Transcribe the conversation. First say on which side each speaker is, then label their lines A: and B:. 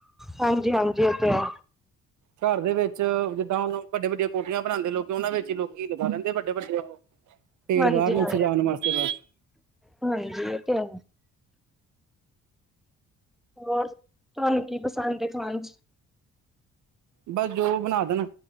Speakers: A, in the centre; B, on the right.
A: ਹਾਂਜੀ ਹਾਂਜੀ ਇਹ ਤੇ ਹੈ।
B: ਘਰ ਦੇ ਵਿੱਚ ਜਿੱਦਾਂ ਹੁਣ ਵੱਡੀਆਂ ਵੱਡੀਆਂ ਕੋਠੀਆਂ ਬਣਾਉਂਦੇ ਲੋਕ ਉਹਨਾਂ ਵਿੱਚ ਹੀ ਲੋਕੀ ਲਗਾ ਲੈਂਦੇ ਵੱਡੇ ਵੱਡੇ। ਪੇੜ
A: ਹਾਂਜੀ
B: ਬਾਹਰ ਨੂੰ
A: ਹਾਂ
B: ਸਜਾਉਣ ਵਾਸਤੇ ਬਸ
A: ਹਾਂਜੀ ਇਹ ਤੇ ਹੈ। ਹੋਰ ਤੁਹਾਨੂੰ ਕੀ ਪਸੰਦ ਖਾਣ ਚ।
B: ਬਸ ਜੋ ਬਣਾ ਦੇਣ